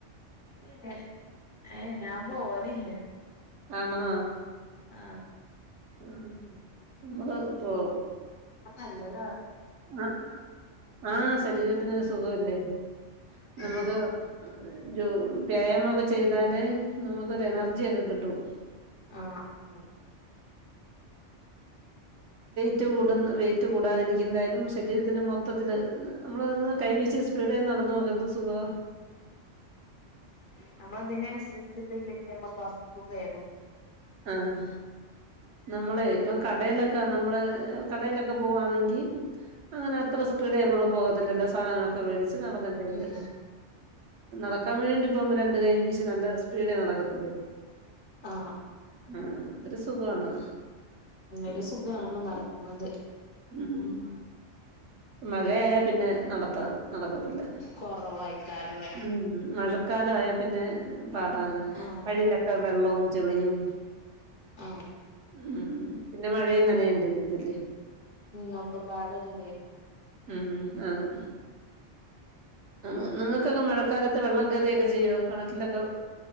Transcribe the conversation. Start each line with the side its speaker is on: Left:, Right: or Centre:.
Left: എട് ഏ ഞാൻ പോവലില്ല
Right: ആണോ
Left: ആ
Right: ഉം മ്മള് പോ
Left: നല്ലതാ
Right: അ ആ ശരീരത്തിന് സുഖല്ലേ നമുക്ക്
Left: ആഹ്
Right: രു വ്യായാമൊക്കെ ചെയ്താല് നമക്കൊരു എനർജൊകെകിട്ടും
Left: ആ ഉം
Right: വെയ്റ്റ് കൂടുന്നതും വെയ്റ്റ് കൂടാതിരികുന്നേലും ശരീരതിന് മൊത്തതില് നമ്മളൊന്ന് കൈവെച്ചു സ്പീഡെ നടന്ന് നോക എന്ത് സുഖാ
Left: നമ്മളതിന ൻസരിച് ട്ട്ല്ലേൽ നമ്മകസുഖും വരും
Right: ആഹ് നമ്മള് ഇപ്പംകടയിലൊകെ നമ്മള് കടയിലൊകെ പോവാണെങ്കിൽ അങ്ങനെ അത്റ സ്പീഡേൽ പോവതില്ലല്ലോ സാധനം വലിച് നടന്ന്ട്ടേ
Left: ഉം
Right: ഒരു താ കമേണ്ട് ഇപംരണ്ട് കൈവീശിനല്ല സ്പീഡിൽ നടക്കത്തില്ലേ
Left: ആഹ് ആഹ്
Right: മ് ഒരു സുഖാണ്
Left: ഒരു സുഖാണ് നട്ക്ണത്
Right: ഉം മഴയായ പിന്നെ നടത്താ നടക്കത്തില്ല
Left: കൊറവായിക്കാരല്ലേ
Right: ഉംമഴ കാലായൽ പിന്നെ ക പാടാണ്
Left: ആഹ്
Right: വഴിയിലൊക്കെ വെള്ളും ചെളിയും
Left: ആഹ്
Right: ഉം പിന്നെ മഴയും നനയണ്ടതില്ലേ
Left: ഉം ഒക്കെപാടൊര്
Right: ഉം ആന്ന് ഉം നിങ്ങകൊകെ മഴകാലത് വെള്ളം കയറിയൊകൊ ചെയ്യോ കിണറ്റിലൊകെ